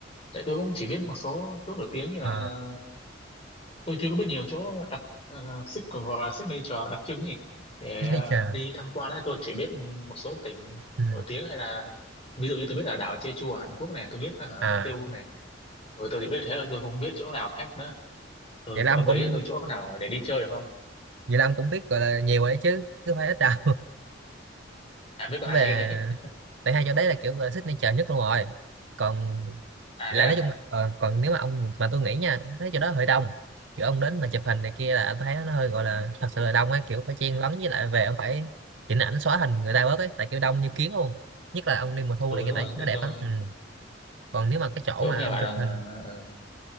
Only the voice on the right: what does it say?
ờ
<laughs>
biết
đi chờ
ừ.
à
vậy là
ông
cũng
vậy là ông cũng biết gọi là nhiều rồi đấy chứ chứ không phải ít đâu
nó
về
tại hai chỗ đấy là kiểu là signature nhất luôn rồi còn
lại
nói chung là- ờ, còn nếu mà ông mà tôi nghĩ nha mấy chỗ đó hơi đông kiểu ông đến mà chụp hình này kia là anh thấy nó hơi gọi là thật sự là đông ấy kiểu phải chen lấn với lại về ông phải chỉnh ảnh xóa hình người ta bớt ấy tại kiểu đông như kiến luôn nhất là ông đi mùa thu
này kia
tại
nó đẹp
á ừ. còn nếu mà cái chỗ
mà
ông
chụp
hình